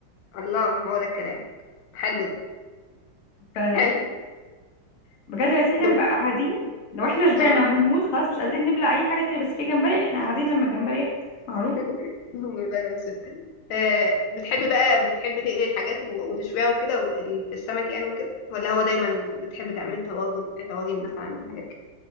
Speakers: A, on the left; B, on the left.
A: الله هو ده الكلام حلو ده
B: ف...
A: حلو
B: بجد بس احنا
A: دب.
B: نبقى قاعدين لو احنا شبعنا
A: اه
B: وهنموت خلاص مش قادرين نبلع اي حاجه تانية بس في جمبري احنا قاعدين لما الجمبري يخلص معروف
A: <laughs> لا لا مش آه، بتحب بقى بتحب تقلي الحاجات و- وتشويها وكده و- ال- في السمك يعني وكده ولا هو دايما بتحب تعملي الطواجن آه، طواجن مثلا وحاجات كده